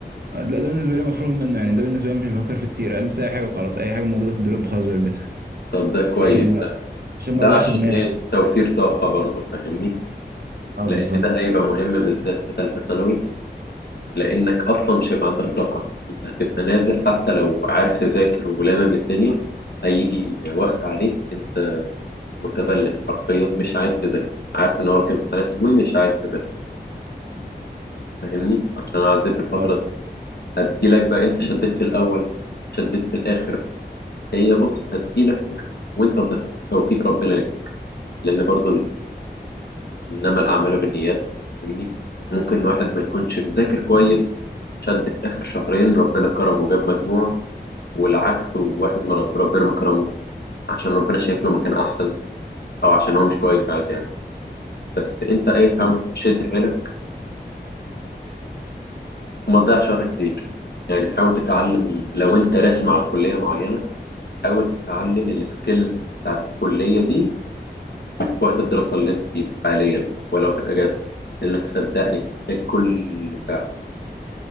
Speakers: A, on the right (about 65°); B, on the left (about 70°).
A: لا ده بالنسبه لي مفروغ منه يعني ده بالنسبه لي مش بفكر فيه كتير البس اي حاجه وخلاص اي حاجه موجوده في الدولاب خلاص بلبسها
B: طب ده كويس
A: عشان ما
B: ده
A: عشان ما
B: ده
A: اوجعش
B: عشان
A: دماغي
B: إيه توفير طاقة برضه فاهمني
A: اه
B: لان
A: بالظبط
B: ده هيبقى مهم بالذات في ثالثه ثانوي لانك اصلا مش هيبقى عندك طاقه انت هتبقى نازل حتى لو عارف تذاكر ولامم الدنيا هيجي وقت عليك انت متبلد حرفيا مش عايز تذاكر عارف ان وراك امتحانات ومش عايز تذاكر فاهمني عشان اعدي بالفتره
A: اه
B: دي هتجيلك بقى انت شديت في الاول شديت في الاخر هي بص هتجيلك وانت وتف- توفيق ربنا ليك لان برضو إنما الأعمال بالنيات فاهمني ممكن واحد ما يكونش مذاكر كويس شد في آخر شهرين ربنا كرمه وجاب مجموع والعكس وواحد ما رب- ربنا ما كرمه عشان ربنا شايف له مكان أحسن أو عشان هو مش كويس عادي يعني بس أنت إيه حاول
A: مم،
B: تشد حيلك وما تضيعش وقتك كتير يعني حاول تتعلم لو أنت راسم على كلية معينة حاول تتعلم السكيلز بتاعت الكلية دي في وقت الدراسة اللي أنت فيه حاليا ولو في الأجازة لأنك صدقني هتحتاج كل ساعة